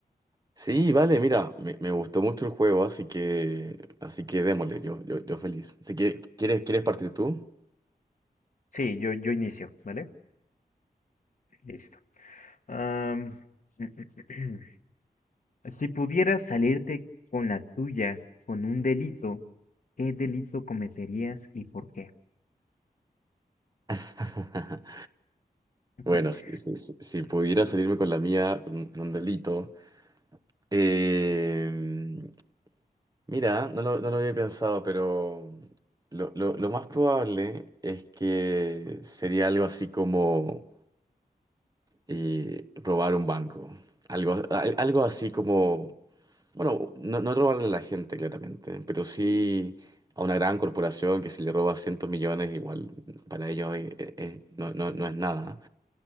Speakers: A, on the right; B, on the left.
A: Sí, vale, mira, me, me gustó mucho el juego, así que, así que démosle, yo, yo, yo feliz. Así que, ¿quieres, quieres partir tú?
B: Sí, yo, yo inicio, ¿vale? Listo. Am, <clears throat> si pudieras salirte con la tuya con un delito, ¿qué delito cometerías y por qué?
A: <laughs>
B: <laughs>
A: Bueno, si, si- si- si pudiera salirme con la mía, con un con un delito. eh, mira, no lo, no lo había pensado, pero lo, lo- lo más probable es que sería algo así como eh, robar un banco. Algo, al- algo así como. Bueno, no, no robarle a la gente, claramente, pero sí a una gran corporación que si le roba cientos millones, igual para ellos es- es- es- no, no, no es nada.